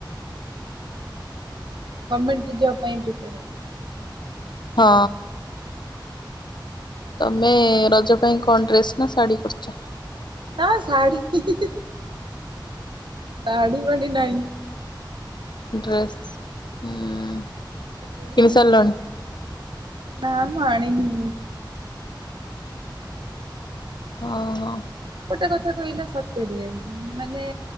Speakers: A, on the right (about 75°); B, on the left (about 65°).
A: ହଁ ଗର୍ମେଣ୍ଟ ଜବ ପାଇଁ ପ୍ରିୟାର ହଉଛି।
B: ହଁ। ତମେ ରଜ ପାଇଁ କଣ ଡ୍ରେସ୍ ନା ଶାଢ଼ୀ କରିଚ?
A: ନା ଶାଢ଼ୀ ହି ହି ହି ଶାଢ଼ୀ ଫାଢୀ ନାଇଁ
B: ଡ୍ରେସ୍
A: <inaudible>
B: ହୁଁ
A: ଛୋଟବେଳୁ
B: କିଣି
A: କିଏସେ
B: ସାରିଲଣି?
A: ଶାଢ଼ୀ ନାଁ ମୁଁ ଆଣିନି
B: ଅ ହ
A: ଗୋଟେ କଥା କହିଲା ସତେରେ ମାନେ